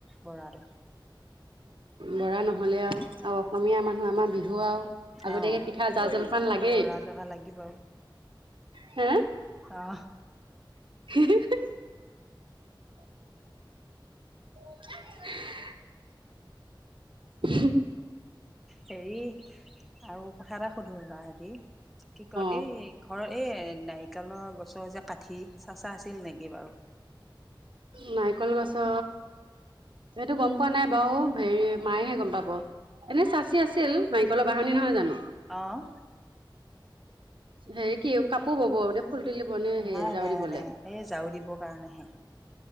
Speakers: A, in the centre; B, on the right.
A: বৰাটো
B: ল'ৰা নহ'লে আৰু অসমীয়া মানুহ আমাৰ বিহু আৰু আগটিয়াকে
A: অ',
B: পিঠা জা জলপান লাগেই।
A: বৰা জহা লাগিব
B: হে
A: অ
B: <unintelligible> <unintelligible> <unintelligible> হুম
A: হেৰি আৰু কথা এটা সুধো ৰবা আজি। কি ক
B: অ
A: এই ঘৰৰ, এই নাই কালৰ গছৰ যে কাঠি চাচা আছিল নেকি বাৰু।
B: নাৰিকল গছ। সেইটো গম পোৱা নাই বাৰু হেৰি মায়েহে গম পাব। এনে চাচি আছিল নাৰিকলৰ বাহনি নহয় জানো?
A: অহ
B: হেৰি কি কাপোৰ ববানে ফুল তুলিব নে হে
A: নাই,
B: জাউৰি
A: নাই,
B: বলে?
A: নাই এই ঝাৰু দিবৰ কাৰণেহে